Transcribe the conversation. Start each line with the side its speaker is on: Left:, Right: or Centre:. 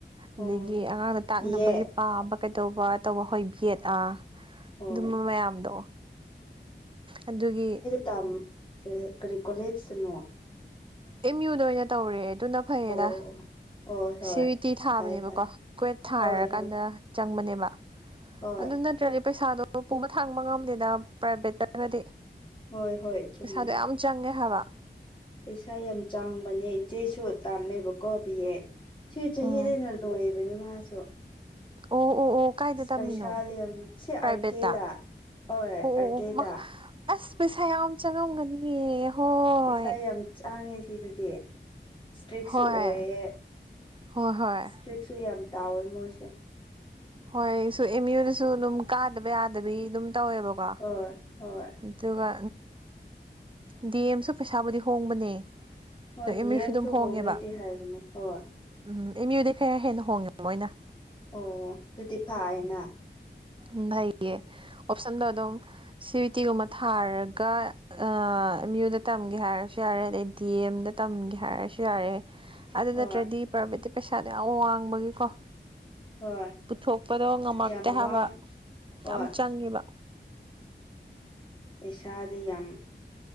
Right: ꯑꯗꯒꯤ
Left: ꯑꯣ
Right: ꯑꯉꯥꯡꯅ ꯇꯥꯛꯅꯕꯒꯤ
Left: ꯕꯤ ꯑꯦ
Right: ꯄꯥꯕ ꯀꯩꯗꯧꯕ ꯇꯧꯕ ꯍꯣꯏ ꯕꯦꯠ ꯑ
Left: ꯑꯣ
Right: ꯑꯗꯨꯝꯕ ꯃꯌꯥꯝꯗꯣ ꯑꯗꯨꯒꯤ
Left: ꯇ ꯀꯔꯤ ꯀꯣꯂꯦꯖꯇꯅꯣ
Right: ꯑꯦꯝ ꯌꯨꯗ ꯑꯣꯏꯅ ꯇꯧꯔꯦ ꯑꯗꯨꯅ ꯐꯩꯌꯦꯗ
Left: ꯑꯣ ꯑꯣ ꯍꯣꯏ ꯍꯣꯏ
Right: ꯁꯤꯇꯤ ꯊꯥꯕꯅꯦꯕꯀꯣ
Left: ꯐꯔꯦ ꯐꯔꯦ
Right: ꯀ꯭ꯋꯦꯠ ꯊꯥꯔꯀꯥꯟꯗ
Left: ꯍꯣꯏ ꯍꯣꯏ
Right: ꯆꯪꯕꯅꯦꯕ
Left: ꯍꯣꯏ
Right: ꯑꯗꯨ ꯅꯠꯇ꯭ꯔꯗꯤ ꯄꯩꯁꯥꯗꯣ ꯄꯨꯕ ꯊꯥꯡꯕ ꯉꯝꯗꯦꯗ ꯄ꯭ꯔꯥꯏꯚꯦꯠꯇꯔꯒꯗꯤ
Left: ꯍꯣꯏ ꯍꯣꯏ ꯆꯨꯝꯃꯦ
Right: ꯄꯩꯁꯥꯗꯣ ꯌꯥꯝ ꯆꯪꯉꯦ ꯍꯥꯏꯕ
Left: ꯄꯩꯁꯥ ꯌꯥꯝ ꯆꯥꯡꯕꯅꯦ ꯏꯆꯦꯁꯨ ꯇꯝꯃꯦꯕꯀꯣ ꯄꯕꯤꯌꯦ ꯁꯤꯦꯆ
Right: ꯎꯝ
Left: ꯍꯦꯜꯂꯅ ꯂꯣꯑꯦꯅꯤ ꯃꯥꯁꯨ
Right: ꯑꯣ ꯑꯣ ꯑꯣ ꯀꯥꯏꯗ
Left: ꯑꯁ
Right: ꯇꯝꯃꯤꯅꯣ
Left: ꯄꯩꯁꯥꯗꯤ ꯌꯥꯝ ꯁꯤ ꯑꯥꯔ
Right: ꯄ꯭ꯔꯥꯏꯚꯦꯠꯇ
Left: ꯀꯦꯗ ꯍꯣꯏ ꯑꯥꯔ
Right: ꯑꯣ
Left: ꯀꯦꯗ
Right: ꯑꯁ ꯄꯩꯁꯥ ꯌꯥꯝ ꯆꯪꯉꯝꯒꯅꯤ ꯍꯣꯏ
Left: ꯄꯩꯁꯥ ꯌꯥꯝ ꯆꯥꯡꯉꯦ ꯁꯤꯗꯗꯤ ꯏꯁꯇ꯭ꯔꯤꯛꯁꯨ
Right: ꯍꯣꯏ
Left: ꯑꯣꯏꯌꯦ
Right: ꯍꯣꯏ ꯍꯣꯏ
Left: ꯏꯁꯇꯔꯤꯛ ꯀꯛꯁꯨ ꯌꯥꯝ ꯇꯥꯎꯋꯦ ꯃꯣꯏꯁꯦ
Right: ꯍꯣꯏ ꯁ ꯑꯦꯝ ꯌꯨꯗꯁꯨ ꯑꯗꯨꯝ ꯀꯥꯗꯕ ꯌꯥꯗꯕꯤ ꯑꯗꯨꯝ ꯇꯧꯋꯦꯕꯀꯣ
Left: ꯍꯣꯏ ꯍꯣꯏ
Right: ꯑꯗꯨꯒ ꯗꯤ ꯑꯦꯝꯁꯨ ꯄꯩꯁꯥꯕꯨꯗꯤ ꯍꯣꯡꯕꯅꯦ
Left: ꯍꯣꯏ
Right: ꯑꯗꯣ ꯑꯦꯝ
Left: ꯗꯤ
Right: ꯌꯨꯁꯨ
Left: ꯑꯦꯝꯁꯨ
Right: ꯑꯗꯨꯝ ꯍꯣꯡꯉꯦꯕ
Left: ꯍꯣꯡꯉꯦꯗꯤ ꯍꯥꯏꯕꯅꯦ ꯍꯣꯏ
Right: ꯎꯝ ꯏ ꯃꯤꯑꯣꯏꯗꯩ ꯈꯔ ꯍꯦꯟꯅ ꯍꯣꯡꯉꯦꯕ ꯃꯣꯏꯅ
Left: ꯑꯣ ꯑꯗꯨꯗꯤ ꯐꯅ
Right: ꯎ ꯐꯩꯌꯦ ꯑꯣꯞꯁꯟꯗꯣ ꯑꯗꯨꯝ ꯁꯤꯕꯤ ꯇꯤꯒꯨꯝꯕ ꯊꯥꯔꯒ ꯑꯦꯝ ꯌꯨꯗ ꯇꯝꯒꯦ ꯍꯥꯏꯔꯁꯨ ꯌꯥꯔꯦ ꯑꯗꯩ ꯗꯤ ꯑꯦꯝꯗ ꯇꯝꯒꯦ ꯍꯥꯏꯔꯁꯨ ꯌꯥꯔꯦ ꯑꯗꯨ
Left: ꯍꯣꯏ
Right: ꯅꯠꯇ꯭ꯔꯗꯤ ꯄ꯭ꯔꯥꯏꯚꯦꯠꯇꯤ ꯄꯩꯁꯥꯗꯣ ꯌꯥꯝ ꯋꯥꯡꯕꯒꯤꯀꯣ
Left: ꯍꯣꯏ
Right: ꯊꯣꯛꯄꯗꯣ ꯉꯝꯃꯛꯇꯦ
Left: ꯌꯥꯝ
Right: ꯍꯥꯏꯕ
Left: ꯋꯥꯡ ꯍꯣꯏ
Right: ꯌꯥꯝ ꯆꯪꯉꯦꯕ
Left: ꯄꯩꯁꯥꯗꯤ ꯌꯥꯝ